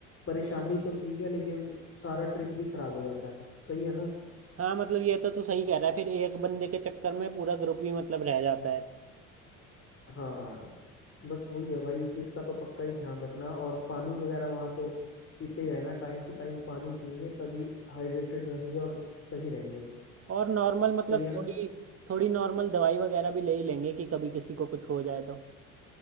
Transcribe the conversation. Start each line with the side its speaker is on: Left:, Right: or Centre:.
Left: परेशानी तो ठीक है लेकिन सारा ट्रिप भी खराब हो जाता है सही है ना
Right: हाँ मतलब ये तो तू सही कह रहा है फिर एक बंदे के चक्कर में पूरा ग्रुप ही मतलब रह जाता है
Left: हाँ बस वही है भाई इस चीज का तो पक्का ही ध्यान रखना और पानी वगैरह वहाँ तो पीते ही रहना टाइम टू टाइम पानी पिएंगे तभी हाइड्रेटेड रहेंगे और सही रहेंगे
Right: और नॉर्मल मतलब
Left: सही है ना
Right: थोड़ी थोड़ी नॉर्मल दवाई वगैरह भी ले ही लेंगे कि कभी किसी को कुछ हो जाए तो